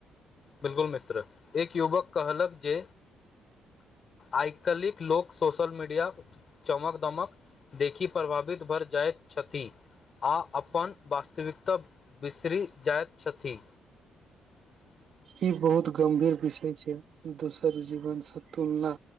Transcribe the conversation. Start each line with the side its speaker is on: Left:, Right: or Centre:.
Left: बिलकुल मित्र एक युवक कहलक जे आइकलिक लोक सोशल मीडिया चमक दमक देखि प्रभावित भय जाइत छथि आ अपन वास्तविकता बिसरि जाइत छथि <inaudible>
Right: ई बहुत गंभीर विषय छै दोसर जीवन से तुलना